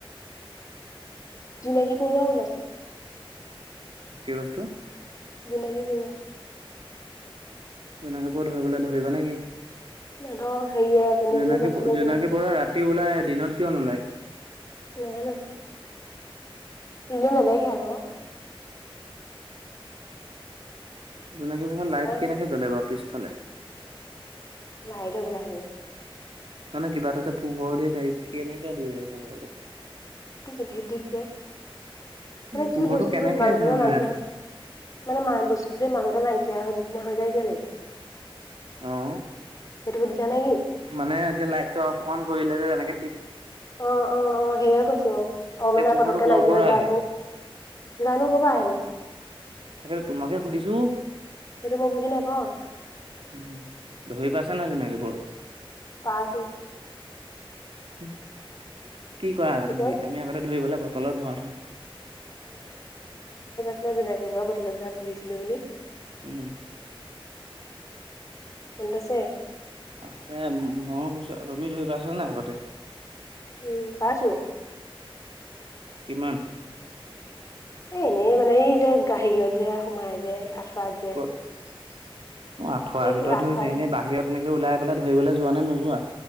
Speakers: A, on the left; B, on the right.
A: জোনাকী পৰুৱা ওলাইছে।
B: কি বস্তু?
A: জোনাকী পৰুৱা।
B: জোনাকী পৰুৱা ধৰিবলৈ, ধৰিবা নেকি?
A: সিহঁতৰ হেৰিয়ে এজনীয়ে
B: জোনাকী
A: যে গৈছিলে
B: জোনাকী পৰুৱা ৰাতি ওলাই দিনত কিয় ওলায়?
A: নাযানে এনে নেদেখে আকৌ।
B: জোনাকী পৰুৱা লাইট
A: তাই
B: কেনেকে জ্বলে বাৰু পিছফালে?
A: লাইট হ'বলা সেইটো?
B: না-না কিবা এটা যে পোহৰ দিয়ে, গা কেনেকে দিয়ে সেই পোহৰটো?
A: কি যে ধিপ-ধিপ কে মানে
B: এই
A: কি
B: পোহৰটো
A: বস্তুটো
B: কেনেকে
A: মাজে মাজে,
B: জেনেৰেট
A: নাইকিয়াওক
B: হয়?
A: মানে বস্তুটো যে মাজতে নাইকা কেয়াহ নিচিনা হৈ যায় কেলে?
B: অহ
A: সেইটো সুধিছা নেকি?
B: মানে এতিয়া লাইট টো অফ-অন কৰিলে যে যেনেকে
A: অহ'-অহ'-অহ', সেইয়া কৈছো, অ',
B: সেই
A: মানে
B: পোহৰটো
A: পতকে
B: ক'ৰ
A: নাইকিয়া
B: পৰা
A: হৈ যায়
B: আহে
A: আক। জানো ক'পা আহেনো?
B: তাকে টো তোমাকে সুধিছো?
A: সেইটো মই বুজি নাপাও।
B: উম', ধৰি পাইছে না জোনাকি পৰুৱা?
A: পাইছো।
B: উ <unintelligible> কি কৰা আগতে
A: এতিয়াও
B: ধৰি? আমি আগতে ধৰিবলে বটলত ভৰা থওঁ।
A: জোনাকে মই বটলত ভৰা <unintelligible> পঢ়িছিলো বুলি।
B: উম'।
A: উন্দছেে <unintelligible>
B: আছে মনত আছে, তুমি ধৰি পইচা নে আগতে?
A: উম পাইছো।
B: কিমান?
A: এ এনেই মানে এই যে গাহিৰত যে সোমাই যে, আঁঠুৱাত যে
B: ক'ত, অ আঠুৱাৰ
A: এই
B: ভিতৰত
A: আঁঠুৱাত
B: ধৰিছে এনে বাহিৰত এনেকে ওলাই পেলাই ধৰিবলে যোৱা নে নোযোৱা?